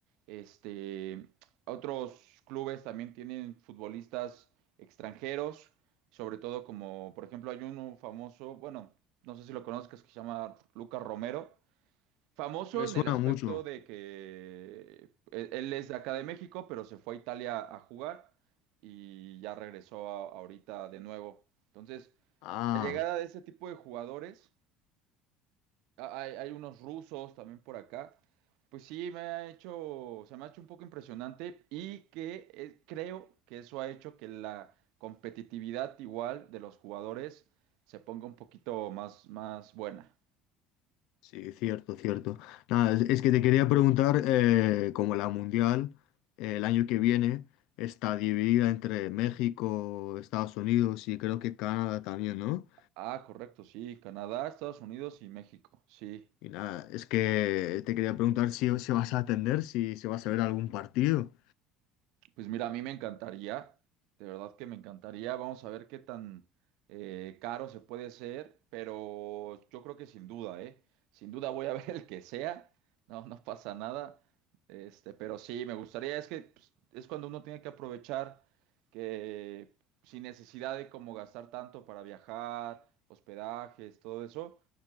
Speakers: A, on the right (about 60°); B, on the left (about 60°).
A: Este, otros clubes también tienen futbolistas extranjeros, sobre todo como, por ejemplo, hay uno famoso, bueno, no sé si lo conozcas, que se llama Lucas Romero. Famoso
B: Me
A: en
B: suena
A: el aspecto
B: mucho.
A: de que él él es de acá de México, pero se fue a Italia a jugar y ya regresó a- ahorita de nuevo. Entonces,
B: Ah,
A: la llegada de ese tipo de jugadores, a- hay, hay unos rusos también por acá, pues sí me ha hecho, se me ha hecho un poco impresionante y que eh, creo que eso ha hecho que la competitividad igual de los jugadores se ponga un poquito más, más buena.
B: sí, cierto, cierto. Nada, es, es que te quería preguntar, eh, como la Mundial, eh, el año que viene está dividida entre México, Estados Unidos y creo que Canadá también, ¿no?
A: Ah, correcto, sí, Canadá, Estados Unidos y México, sí.
B: Y nada, es que te quería preguntar si, si vas a atender, si, si vas a ver algún partido.
A: Pues mira, a mí me encantaría, de verdad que me encantaría. Vamos a ver qué tan eh, caro se puede ser, pero yo creo que sin duda, ¿eh? Sin duda voy a <laughs> ver el que sea, no, no pasa nada. Este, pero sí, me gustaría, es que pues, es cuando uno tiene que aprovechar que sin necesidad de como gastar tanto para viajar, hospedajes, todo eso,